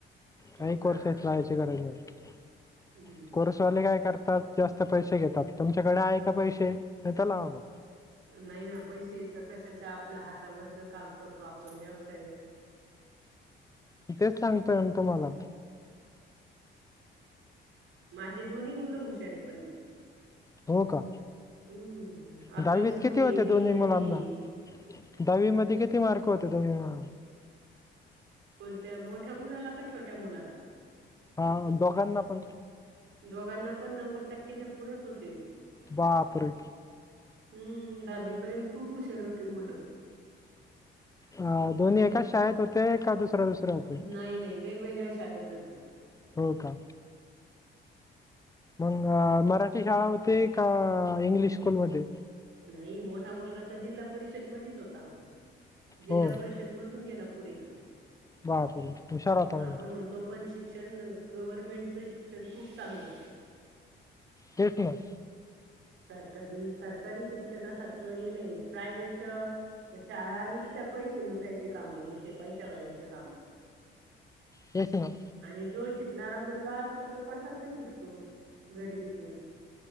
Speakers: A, on the right (about 80°); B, on the left (about 15°).
A: हो
B: काही
A: का
B: कोर्सेस लावायची काही गरज नाही.
A: हम्म
B: कोर्स वाले काय करतात जास्त पैसे घेतात, तुमच्याकडे आहे का पैसे, नाही तर लावा मग.
A: नाही ना, पैसे इथं कशाच,, आपलं हातावरच काम करतो आपण व्यवसाय.
B: तेच सांगतोय अन तुम्हाला.
A: माझे दोन्ही मुलं हुशारे पण
B: हो का,,
A: हम्म अभ्यासू
B: दहावीत किती
A: आहे
B: होते
A: मेहनती
B: दोन्ही मुलांना?
A: आहे
B: दहावी मध्ये किती मार्क होते दोन्ही मुलांना?
A: कोणत्या मोठ्या मुलाला का छोट्या मुलाला?
B: हा दोघांना पण?
A: दोघांना पण नव्वद टक्केच्या पुढचं होते.
B: बापरे.
A: हम्म, दहावी पर्यंत खूप हुशार होते मुलं.
B: अ दोन्ही एकाच शाळेत होते, का दुसऱ्या दुसऱ्या होते?
A: नाही नाही वेगवेगळ्या शाळेत होते.
B: हो का. मग आ मराठी शाळा होती का इंग्लिश स्कूलमध्ये?
A: नाही मोठा मुलगा तर जिल्हा परिषद मदिच होता, जिल्हा
B: हो
A: परिष षद मधून गेला पुढे तो,,
B: बापरे हुशार होता
A: अ
B: म्हणजे
A: आपण म्हणतो पण शिक्षण गव्हर्नमेंटचं शिक्षण खूप चांगलं.
B: तेच ना.
A: सरकारी, सरकारी शिक्षणासारखं हे नाही प्रायव्हेट अ ते शाळा निसत्या पैसे लुटायचे कामं, निसत्या पैशावाल्यांचे काम.
B: तेच ना.
A: आणि जो शिकणारा मुलगा असतो तो कसा पण शिकतो,, गरिबीतून.